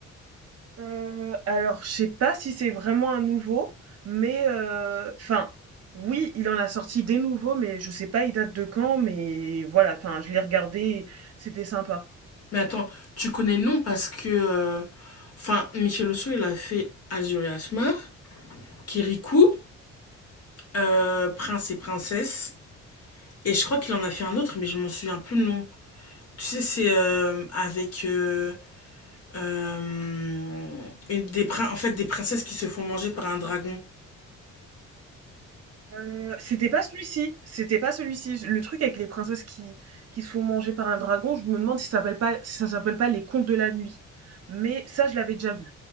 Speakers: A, on the right; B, on the left.
A: Euh, alors, je sais pas si c'est vraiment un nouveau, mais euh, enfin, oui, il en a sorti des nouveaux, mais je sais pas, il date de quand, mais voilà, enfin, je l'ai regardé, c'était sympa.
B: Mais attends, tu connais le nom parce que. euh, Enfin, Michel Oslo, il a fait Azur et Asmar, Kirikou, euh, Prince et Princesse. Et je crois qu'il en a fait un autre, mais je m'en souviens plus le nom. Tu sais, c'est euh, avec. euh, euh, une- des prin- en fait, des princesses qui se font manger par un dragon.
A: Euh, c'était pas celui-ci, c'était pas celui-ci. Le truc avec les princesses qui qui se font manger par un dragon, je me demande si ça s'appelle pas, si ça s'appelle pas les contes de la nuit. Mais ça, je l'avais déjà vu.